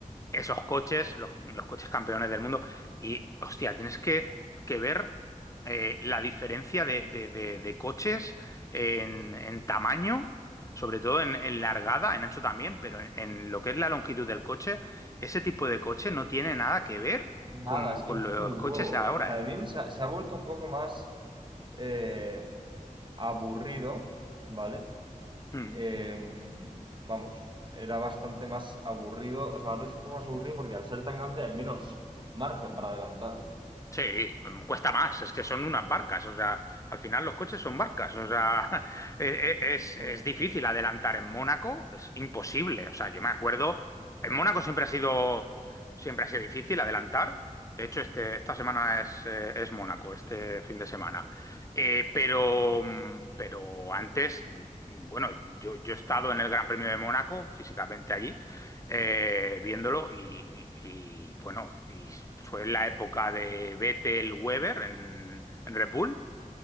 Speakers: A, on the left; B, on the right.
A: esos coches, los, los coches campeones del mundo. Y, hostia, tienes que, que ver eh, la diferencia de, de- de- de coches en, en tamaño, sobre todo en, en largada, en ancho también, pero en, en lo que es la longitud del coche, ese tipo de coche no tiene nada que ver
B: Nada,
A: con,
B: es
A: con
B: que han crecido
A: los
B: un
A: coches
B: huevo.
A: de ahora,
B: Y también
A: ¿eh?
B: se ha, se ha vuelto un poco más eh, aburrido, ¿vale?
A: Mm.
B: Em, vamos, era bastante más aburrido, o sea, ahora es un poco más aburrido porque al ser tan grande hay menos margen para adelantar.
A: Sí, mm, cuesta más, es que son unas barcas, o sea, al final los coches son barcas, o sea, <laughs> e- e- es,
B: Ujú,
A: es difícil adelantar en Mónaco, es imposible, o sea, yo me acuerdo, en Mónaco siempre ha sido, siempre ha sido difícil adelantar, de hecho, este, esta semana es, eh, es Mónaco, este fin de semana, Eh, pero, mm, pero antes, mm, bueno, yo, yo he estado en el Gran Premio de Mónaco, físicamente allí, eh, viéndolo y, y, bueno, y fue la época de Vettel Weber en, en Red Bull.